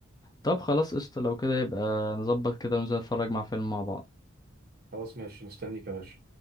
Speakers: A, on the left; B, on the right.
A: طب خلاص قشطة لو كده يبقى نظبط كده وننزل نتفرج مع فيلم مع بعض
B: خلاص ماشي مستنيك يا باشا